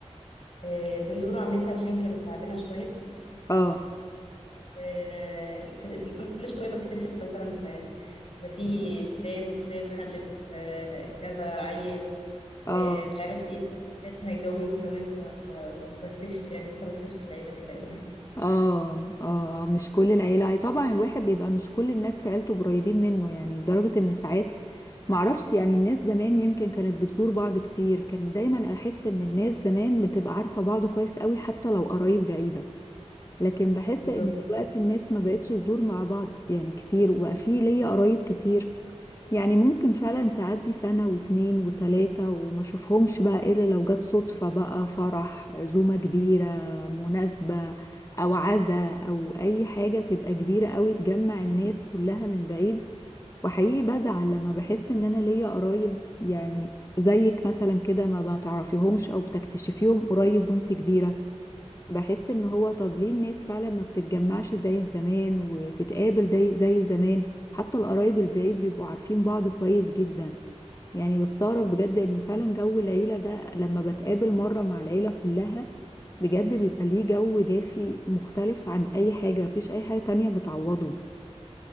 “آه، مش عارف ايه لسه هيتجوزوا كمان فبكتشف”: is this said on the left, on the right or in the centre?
Left